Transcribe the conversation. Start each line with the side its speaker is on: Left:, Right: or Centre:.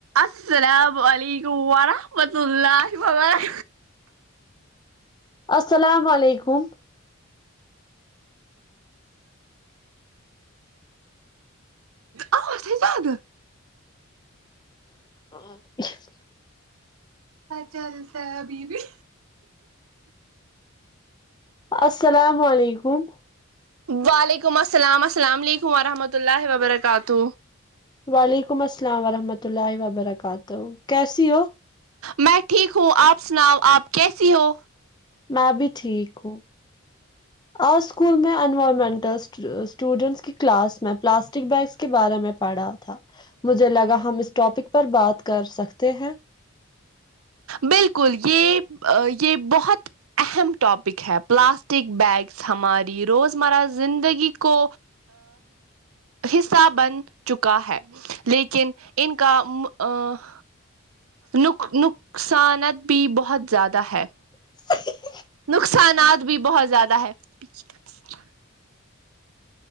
Right: السلام علیکم ورحمۃ اللہ وکار
Left: السلام علیکم
Right: اج عبدت
Left: <unintelligible>
Right: چل ابھی بھی
Left: السلام علیکم
Right: وعلیکم السلام السلام علیکم وورحمۃ اللہ وبرکاتہ
Left: وعلیکم السلام ورحمۃ اللہ وبرکاتہ کیسی ہو
Right: میں ٹھیک ہوں آپ سناؤ آپ کیسی ہو
Left: میں بھی ٹھیک ہوں آج اسکول میں انوائرمنٹل اسٹوڈینٹس کی کلاس میں پلاسٹک بیگس کے بارے میں پڑھا تھا مجھے لگا ہم اس ٹاپک پر بات کر سکتے ہیں
Right: بالکل یہ یہ بہت اہم ٹاپک ہے پلاسٹک بیگس ہماری روزمرہ زندگی کو حصہ بن چکا ہے لیکن ان کا نک نک نقصانت بھی بہت زیادہ ہے
Left: <inaudible>
Right: نقصانات بھی <inaudible> <inaudible>